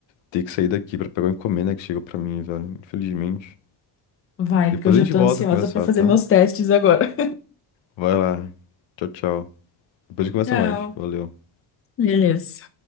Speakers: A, on the left; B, on the left.
A: ter que sair daqui pra pegar uma encomenda que chegou pra mim, velho. Infelizmente.
B: Vai,
A: Depois
B: porque eu já
A: a gente
B: tô
A: volta
B: ansiosa
A: a conversar,
B: pra fazer
A: tá?
B: meus testes agora.
A: Vai lá. Tchau, tchau. Depois a gente conversa
B: Tchau.
A: mais. Valeu.
B: Beleza.